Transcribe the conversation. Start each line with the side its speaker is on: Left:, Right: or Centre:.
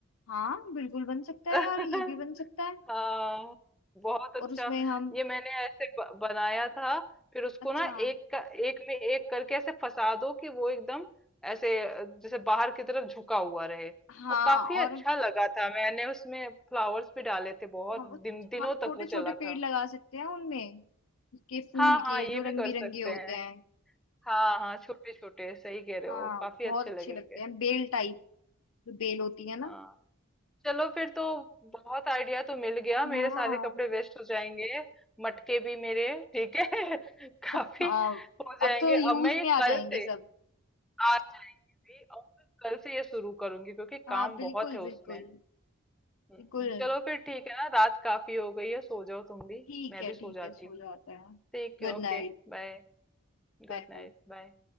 Left: हाँ बिल्कुल बन सकता
Centre: <laughs>
Left: है यार ये भी बन सकता है
Centre: हाँ बहुत अच्छा
Left: और उसमें हम
Centre: ये मैंने ऐसे ब- बनाया था फिर उसको
Left: अच्छा
Centre: ना एक का एक में एक करके ऐसे फंसा दो कि वो एकदम ऐसे अ, जैसे बाहर की तरफ झुका हुआ रहे
Left: हाँ
Centre: और काफी अच्छा
Left: और
Centre: लगा था मैंने उसमें फ्लावर्स भी डाले थे बहुत
Left: हम
Centre: दिन दिनों
Left: हम छोटे
Centre: तक वो
Left: छोटे
Centre: चला
Left: पेड़
Centre: था
Left: लगा सकते हैं उनमें उसके फूल
Centre: हाँ हाँ
Left: के
Centre: ये
Left: जो
Centre: भी
Left: रंग
Centre: कर
Left: बिरंगे
Centre: सकते
Left: होते
Centre: हैं
Left: हैं
Centre: हाँ हाँ छोटे छोटे सही कह रहे
Left: हाँ
Centre: हो काफी
Left: बहुत
Centre: अच्छे
Left: अच्छे
Centre: लगेंगे
Left: लगते हैं बेल टाइप जो बेल होती है ना
Centre: हाँ चलो फिर तो बहुत आइडिया तो मिल गया मेरे
Left: हाँ
Centre: सारे कपड़े वेस्ट हो जाएंगे मटके भी मेरे ठीक है <laughs>
Left: <laughs>
Centre: काफी
Left: हाँ
Centre: हो
Left: अब
Centre: जाएंगे
Left: तो यूज
Centre: अब मैं ये
Left: में आ
Centre: कल
Left: जाएंगे
Centre: से
Left: सब
Centre: आज जाएंगे भी और मैं कल से ये शुरू करूंगी क्योंकि
Left: हाँ
Centre: काम
Left: बिल्कुल
Centre: बहुत है उसमें
Left: बिल्कुल
Centre: हम्म,
Left: बिल्कुल
Centre: चलो फिर ठीक है ना रात काफी हो गई है सो जाओ तुम भी
Left: ठीक
Centre: मैं
Left: है
Centre: भी सो
Left: ठीक
Centre: जाती
Left: है सो
Centre: हूँ
Left: जाते हैं
Centre: ठीक
Left: Good
Centre: है okay
Left: night
Centre: bye
Left: Bye
Centre: Good night
Left: bye
Centre: bye